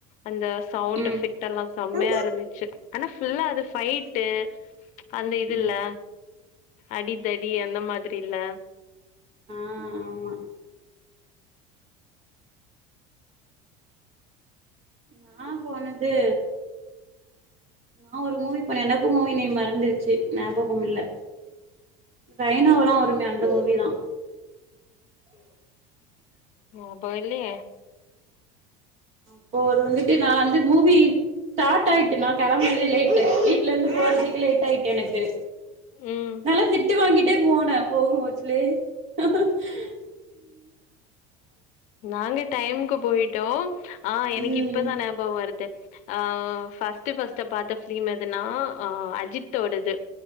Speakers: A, on the left (about 45°); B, on the right (about 40°).
A: அந்த சவுண்ட்
B: ம்
A: எஃபெக் எல்லா செம்மையா
B: ம்
A: இருந்துச்சு ஆனா ஃபுல்லா அது ஃபைட் டு அந்த இதுல்ல
B: ம்
A: அடிதடி அந்த
B: ஆமா
A: மாத்ரி இல்ல
B: ஆ ஆமா நா போனது நா ஒரு மூவி போனே எனக்கு மூவி நேம் மறந்துருச்சு ஞாபகம் இல்ல ரெய்னோல்லா வருமே அந்த மூவி தா
A: ஓ அப்ப இல்லியே
B: அப்போ வந்துட்டு நா வந்து மூவி ஸ்டாட் ஆயிட்டு நா கெளம்பனுதே லேட்டு வீட்லருந்து போறதுக்கு லேட் ஆயிட்டு எனக்கு
A: ம்
B: நல்லா திட் டு வாங்கிட்டே போனே போகு <unintelligible>
A: நாங்க டைம்க்கு போயிட்டோ ஆ எனக்கு
B: ம்
A: இப்பதான பகோ வருது அ ஃபஸ்ட்டு ஃபஸ்ட்டா பாத்த ஃபிலிம் எதுனா ஆ அஜித்தோடது